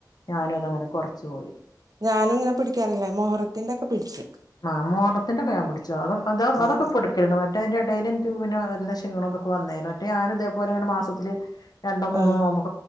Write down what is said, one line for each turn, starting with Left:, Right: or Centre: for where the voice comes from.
Left: ഞാനു അതങ്ങനെ കൊറച്ച് പോയി.
Right: ഞാനിങ്ങെനെ പിടിക്കാറില്ല. മൊഹറത്തിൻ്റൊക്കെ പിടിച്ചു.
Left: ആഹ് മൊഹ്റത്തിൻ്റൊക്കെ ഞാ പിടിച്ചു അത് അതൊക്കെ
Right: ആഹ്
Left: പുടി ക്ക്ണു മറ്റേഅയിൻ്റെടയിലെൻക്ക് പിന്നെ വല്ലി ക്ഷീണതൊക്കെ വന്നേനു. റ്റെ ഞാനൂതേപോലെങ്ങനെ മാസത്തില് രണ്ടോ മൂന്നോ
Right: ആഹ്
Left: നോമ്പോ